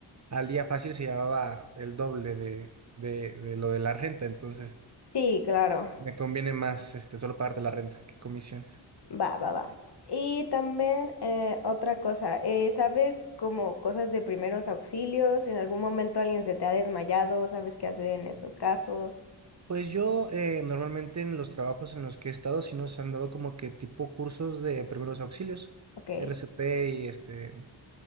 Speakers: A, on the right; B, on the left.
A: al día fácil se llevaba el doble de, de, de lo de la renta, entonces
B: Sí, claro.
A: me conviene más este, solo pagarte la renta que comisiones.
B: Va, va, va. Y también eh, otra cosa, eh, ¿sabes como cosas de primeros auxilios? ¿En algún momento alguien se te ha desmayado? ¿Sabes qué hacer en esos casos?
A: Pues yo eh, normalmente en los trabajos en los que he estado sí nos han dado como que tipo cursos de primeros auxilios,
B: Ok.
A: RCP y este,